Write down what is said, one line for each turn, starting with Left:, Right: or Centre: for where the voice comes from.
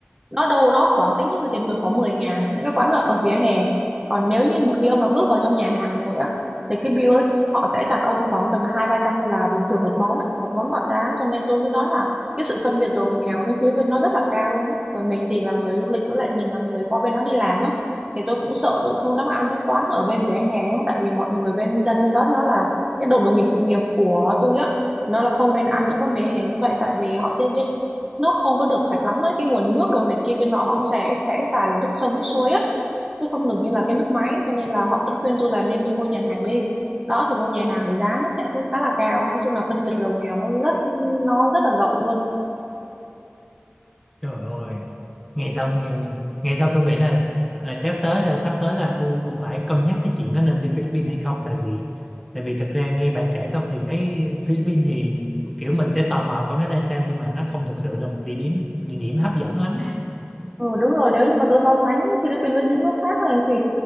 Right: nó đâu đó khoảng tính cho người tiền về khoảng mười ngàn những cái quán ở ở vỉa hè còn nếu như một khi ông đã bước vào trong nhà hàng rồi á thì cái bill đó họ sẽ đặt ông khoảng tầm hai ba trăm là bình thường một món á, một món gọi giá cho nên tôi mới nói là cái sự phân biệt giàu nghèo bên phía bên nó rất là cao luôn á và mình thì là người du lịch với lại mình là người qua bên đó đi làm á thì tôi cũng sợ tôi cũng không dám ăn mấy quán ở bên vỉa hè á, tại vì mọi người bên dân bên đó nó là cái đồng đồng nghiệp cụ nghiệp của tôi á nó là không nên ăn những con vỉa hè như vậy tại vì họ chưa biết nó không có được sạch lắm ấy cái nguồn nước đồ này kia cái nọ họ cũng sẽ sẽ xài là nước sông nước suối á chứ không được như là cái nước máy cho nên là họ vẫn khuyên tôi là nên đi vô nhà hàng đi đó thì vô nhà hàng thì giá nó sẽ khá là cao nói chung là phân biệt giàu nghèo nó rất nó rất là rộng luôn
Centre: trời ơi nghe xong nghe, nghe xong tôi nghĩ là là chắc tới là sắp tới là tôi cũng phải cân nhắc cái chuyện có nên đi Philippines hay không tại vì tại vì thực ra nghe bà kể xong thì thấy Philippines thì kiểu mình sẽ tò mò coi nó ra sao nhưng mà nó không thực sự là một địa điểm địa điểm hấp dẫn lắm
Right: Ừ, đúng rồi nếu như mà tôi so sánh Philippines với những nước khác rồi thì